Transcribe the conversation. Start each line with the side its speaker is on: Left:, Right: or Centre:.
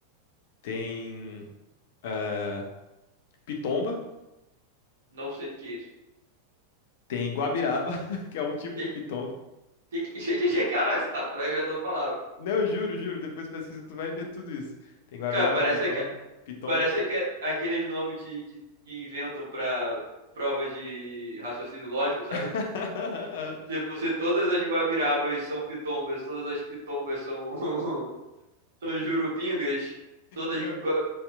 Left: tem ah, pitomba,
Right: Não sei o que que é isso.
Left: tem guabiraba, <laughs> que é um tipo
Right: Que,
Left: de pitomba.
Right: que, que, <laughs> que, que- caraca, você tá inventando palavra.
Left: Não, eu juro, juro. Depois pesquisa, tu vai ver tudo isso. Tem Guabiraba,
Right: Cara, parece,
Left: Piton,
Right: aque-
Left: Pitomba.
Right: parece
Left: tem-
Right: que aqueles nomes que, que, que inventam pra prova de raciocínio lógico, sabe?
Left: <laughs>
Right: Tipo, se todas as guabirabas são pitombas, todas as pitombas são, <laughs> são jurupingas, todas.
Left: Não,
Right: gua-